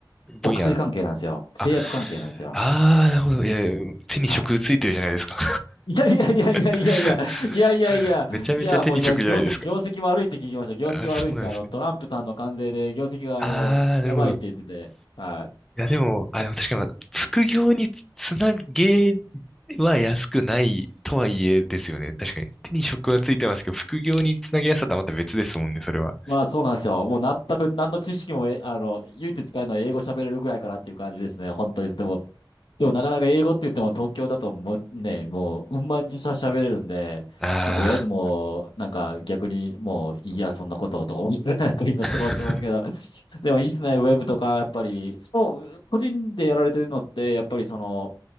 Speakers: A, on the left; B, in the centre.
A: お薬関係なんですよ。
B: 分野
A: 製薬関係なんですよ。
B: あ、あー、なるほど。いや、手に職ついてるじゃないですか。
A: はい。いやいやいやいやいやいや、
B: <laughs>
A: いやいやいや、
B: めちゃめちゃ手に職じゃないですか。
A: いや、もう今、業績、業績悪いって聞きました。業績悪いって、
B: あ、そうなんですね。
A: あの、トランプさんの関税で業績が、
B: あー、
A: あの、やばいって言ってて、
B: なるほど。
A: はい。
B: いや、でも、あ、でも確かに、まあ副業につなげは安くないとはいえですよね。確かに。手に職はついてますけど、副業につなげやすさとはまた別ですもんね、それは。
A: まあそうなんですよ。もう全く何の知識も、え、あの、唯一使えるのは英語喋れるぐらいかなっていう感じですね。本当に。でも、でもなかなか英語って言っても東京だともうね、もううんまんしゃ喋れるんで、
B: あ
A: もうとりあえずもうなんか逆にもういいや、そんなこととか思いながら今過ごしてますけど、
B: ー。
A: でもいいっすね、ウェブとかやっぱり、その個人でやられてるのって、やっぱりその、